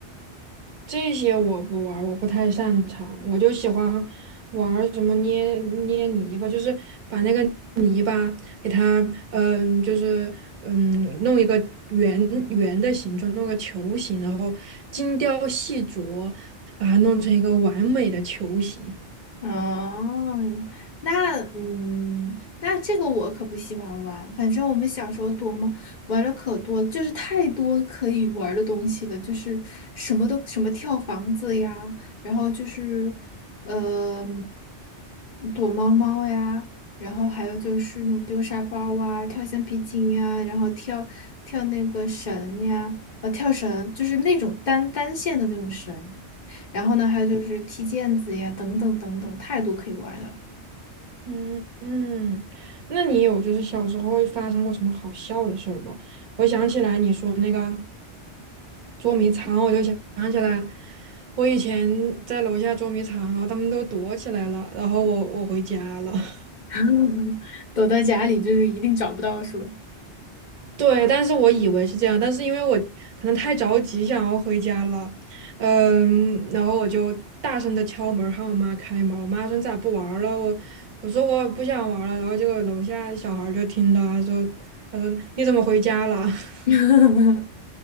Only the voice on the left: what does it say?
哦，那嗯，那这个我可不喜欢玩。反正我们小时候躲猫玩了可多，就是太多可以玩儿的东西了，就是什么都什么跳房子呀，然后就是呃躲猫猫呀，然后还有就是那种丢沙包啊、跳橡皮筋呀，然后跳跳那个绳呀，呃跳绳，就是那种单单线的那种绳。然后呢，还有就是踢毽子呀，等等等等，太多可以玩儿了，
<laughs> 躲在家里就是一定找不到，是吧？
<laughs>